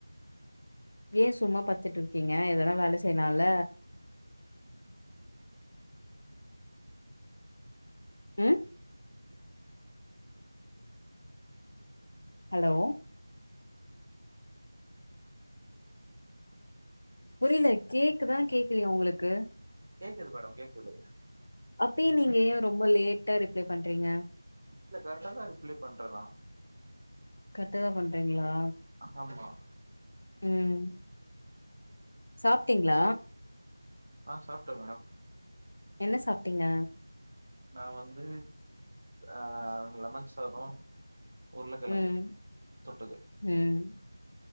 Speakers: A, on the left (about 50°); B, on the right (about 40°).
A: ஏ சும்மா பத்துட்டு இருக்கீங்க எதனா வேல செய்யலால ம் ஹலோ புரியில கேக்குதா கேக்குலையா உங்களுக்கு
B: கேக்குது மேடம் கேக்குது
A: அப்பியு நீங்க ஏ ரொம்ப லேட்டா ரிப்ளை பண்றீங்க
B: இல்ல கரெக்டா தா ரிப்ளை பண்றே நா
A: கரட்டாதா பண்றீங்களா
B: ஆமா
A: ம் சாப்பிட்டீங்ளா
B: சரி ஆ சாப்ட்டே மேடம்
A: என்ன சாப்ட்டீங்க
B: நா வந்து ஆ லெமன் சாதோ உருளக்கெழங்கு
A: ம்
B: தொட்டுக்க
A: ம்